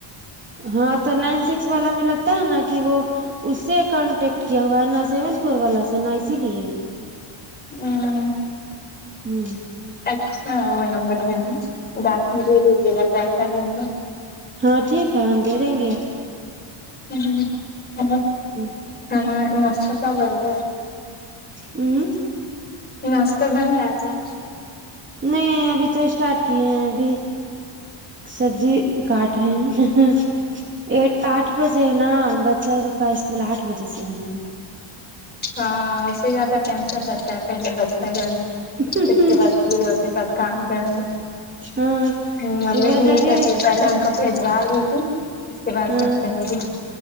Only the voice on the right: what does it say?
ہاں تو نائن سکس والا میں لگتا ہے نا کہ وہ اس سے کانٹیکٹ کیا ہوا ہے نہ سیون فور والا سے نہ اسی لیے
ہوں
ہاں ٹھیک ہے ہم دے دیں گے
ہی
ہوں
نہیں ابھی تو اسٹارٹ کیے ہیں ابھی سبزی کاٹ رہے ہیں ایک آٹھ بجے ہے نا بچہ لوگ کا اسکول آٹھ بجے سے ہے نا
نا
ہاں
صبح
جا
کے
ہاں